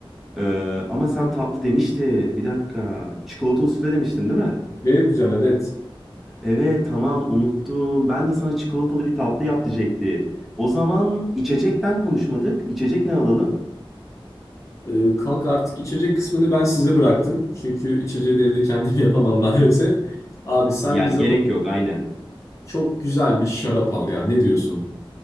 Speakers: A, in the centre; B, on the left.
A: Ee, ama sen tatlı demiştin. Bir dakika. Çikolatalı sufle demiştin değil mi?
B: Ne yapacağım? Evet.
A: Evet tamam unuttum. Ben de sana çikolatalı bir tatlı yap diyecektim. O zaman içecekten konuşmadık. İçecek ne alalım?
B: Ee, kanka artık içecek kısmını ben size bıraktım. Çünkü içeceği de evde kendim <laughs> yapamam maalesef. Abi sen
A: Yani
B: bize
A: gerek yok aynen.
B: çok güzel bir şarap al ya. Ne diyorsun?